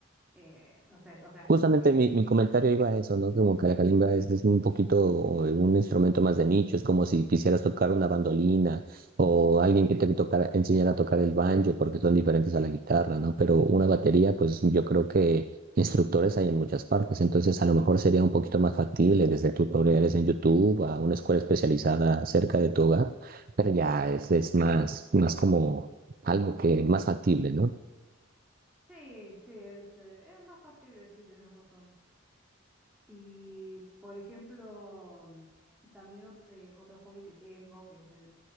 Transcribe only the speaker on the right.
Justamente
mi, mi comentario iba a eso, ¿no? Como que la calimba es, es un poquito eh, un instrumento más de nicho, es como si quisieras tocar una bandolina o alguien que te tocara, enseñara a tocar el banjo, porque son diferentes a la guitarra, ¿no? Pero una batería, pues yo creo que instructores hay en muchas partes, entonces a lo mejor sería un poquito más factible desde tutoriales en YouTube a una escuela especializada cerca de tu hogar, pero ya es, es más, más como algo que más factible, ¿no?